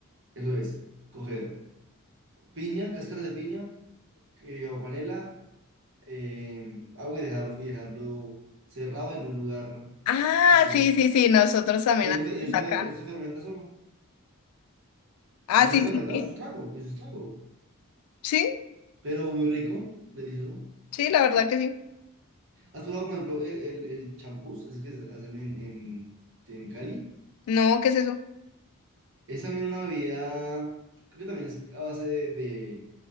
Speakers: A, on the right; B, on the left.
A: Eso es, coger piña, cáscara de piña eh, o panela, eh, agua y dejarlo, y dejarlo cerrado en un lugar
B: Ah,
A: oscuro.
B: sí, sí, sí, nosotros también
A: Y eso
B: hacemos
A: se, fe- y eso
B: acá.
A: se, fer- eso se fermenta solo.
B: Ah,
A: Y eso
B: sí,
A: queda fermentado,
B: sí, sí.
A: eso es un trago, eso es un trago.
B: Sí,
A: Pero muy rico, delicioso.
B: sí, la verdad que sí.
A: ¿Has probado, por ejemplo, el, el, el champús, ese que hacen en, en, en Cali?
B: No, ¿qué es eso?
A: Es también una bebida, creo que también es a base de, de,